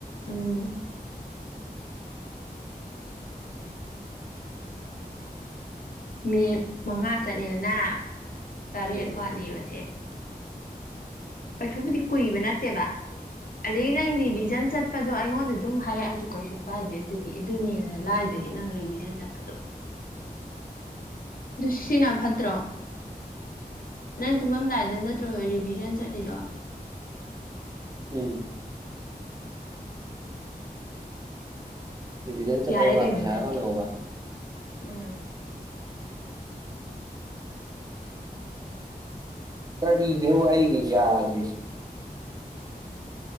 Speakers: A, on the left; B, on the right.
A: ꯎꯝ ꯃꯤꯅꯤꯠ ꯃꯉꯥ ꯆꯠꯂꯦꯗꯅ ꯇꯔꯦꯠ
B: ꯎꯝ
A: ꯋꯥꯠꯂꯤꯕꯁꯦ ꯀꯩꯁꯨꯕꯨꯗꯤ ꯀꯨꯏꯕ ꯅꯠꯇꯦꯕ ꯑꯗꯒꯤ ꯅꯪ ꯔꯤꯚꯤꯖꯟ ꯆꯠꯄꯗꯣ ꯑꯩꯉꯣꯟꯗ ꯑꯗꯨꯝ ꯍꯥꯏꯔꯛꯑꯁꯨ ꯀꯩꯁꯨ ꯀꯥꯏꯗꯦ ꯑꯗꯨꯗꯤ ꯑꯗꯨꯅꯦꯅ ꯍꯦꯟꯅ ꯂꯥꯏꯗꯨꯏꯅꯦ ꯅꯪ ꯔꯤꯚꯤꯖꯟ ꯆꯠꯄꯗꯣ ꯑꯗꯨ ꯁꯤꯅ ꯐꯠꯇ꯭ꯔꯣ ꯅꯪ ꯇꯨꯝꯃꯝꯗꯥꯏ ꯗ ꯅꯠꯇ꯭ꯔꯣ ꯔꯤꯚꯤꯖꯟ ꯆꯠꯂꯤꯗꯣ
B: ꯎꯝ ꯔꯤꯚꯤꯖꯟ ꯆꯠꯂꯧꯕ
A: ꯌꯥꯔꯦ ꯀꯩꯅꯣ
B: ꯄꯩꯁꯥ
A: ꯑꯗꯨꯗꯤ
B: ꯐꯡꯍꯧꯕ
A: ꯎꯝ
B: ꯀꯔꯤꯒꯤꯅꯣꯕ ꯑꯩꯒꯤ ꯌꯥꯗ꯭ꯔꯤꯁꯤ